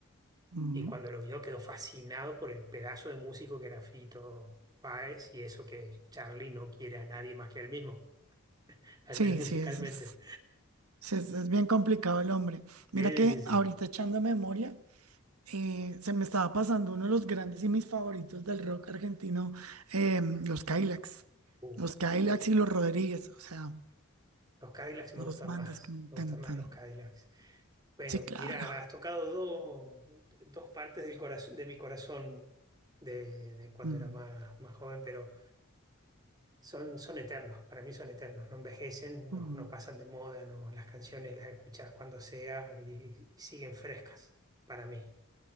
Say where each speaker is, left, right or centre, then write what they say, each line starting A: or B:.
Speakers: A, on the right; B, on the right.
A: ujú.
B: y cuando lo vio quedó fascinado por el pedazo de músico que era Fito Páez y eso que Charly no quiere a nadie más que a él mismo, al
A: Sí,
B: menos musicalmente.
A: sí, eso es, sí, es, es bien complicado el hombre. Mira
B: Sí,
A: que
B: sí, sí.
A: ahorita echando memoria, eh, se me estaba pasando uno de los grandes y mis favoritos del rock argentino, eh, los Cadillacs.
B: Uh,
A: Los Cadillacs
B: uh,
A: y los Rodríguez, o sea,
B: Los Cadillacs me
A: dos
B: gustan
A: bandas
B: más,
A: que me encantan.
B: me gustan más los Cadillacs. Bueno,
A: Sí, claro.
B: mira, has tocado dos, dos partes del corazón, de mi corazón de, de cuando
A: Mm.
B: era más, más joven, pero... Son, son eternos, para mí son eternos, no envejecen,
A: Mm,
B: no, no pasan de moda, no, las canciones las escuchas cuando sea y, y siguen frescas para mí.